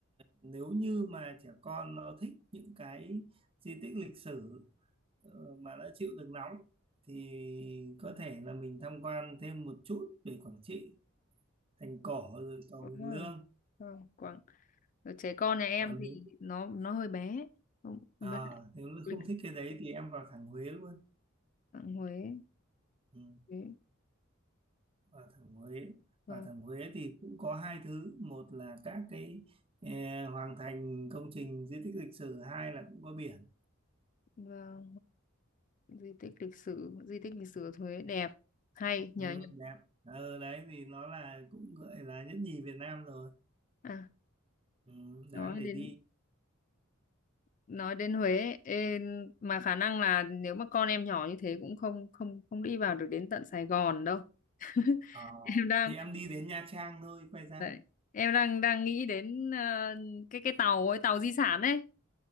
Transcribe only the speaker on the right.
nếu như mà trẻ con nó thích những cái di tích lịch sử ờ, mà nó chịu được nóng thì có thể là mình tham quan thêm một chút về Quảng Trị, thành cổ rồi cầu
Hiền
Lương.
Còn
nếu,
à,
nếu
không thích cái đấy thì em vào thẳng Huế luôn.
Ừ.
Quả thẩm Huế
quả thẩm Huế thì cũng có hai thứ một là các cái eh, hoàng thành công trình di tích lịch sử hai là cũng có biển
ừ,
đẹp ờ, đấy thì nó là cũng gọi là nhất nhì Việt Nam rồi
ừ, đáng
để
đi
ờ,
thì em đi đến Nha Trang thôi quay ra